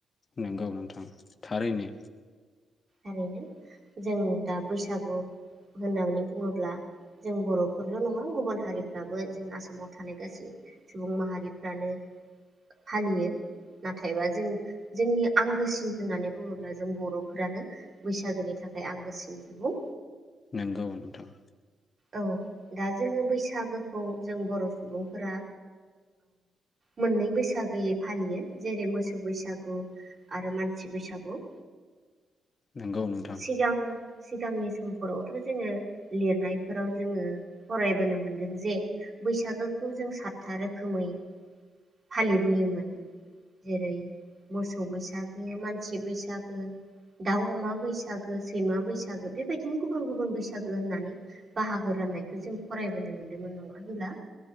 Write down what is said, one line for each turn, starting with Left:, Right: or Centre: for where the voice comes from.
Left: नोंगौ नोंथां थारैनो।
Right: ओरैनो जों दा बैसागु होननानै बुङोब्ला जों बर'फोरल' नङा गुबुन हारिफ्राबो जों आसामाव थानाय गासै सुबुं माहारिफ्रानो फालियो नाथायबा जों जोंनि आंगोसिन होननानै बुङोब्ला जों बर'फोरानो बैसागोनि थाखाय आं गोसोनि सुबुं
Left: नंगौ नोंथां।
Right: औ दा जोङो बैसागोखौ जों बर' सुबुंफोरा मोननै बैसागोयै फालियो जेरै मोसौ बैसागु आरो मानसि बैसागु।
Left: नंगौ नोंथां।
Right: सिगां सिगांनि समफोरावथ' जोङो लिरनाय फोराव जोङो फरायबोनो मोनदों जे बैसागोखौ जों सातथा रोखोमै फालिबोयोमोन जेरै मोसौ बैसागो, मानसि बैसागो, दाउ -अमा बैसागो, सैमा बैसागो बेबायदिनो गुबुन गुबुन बैसागो होननानै बाहागो राननायखौ जों फरायबोनो मोनदोंमोन नङा होनब्ला?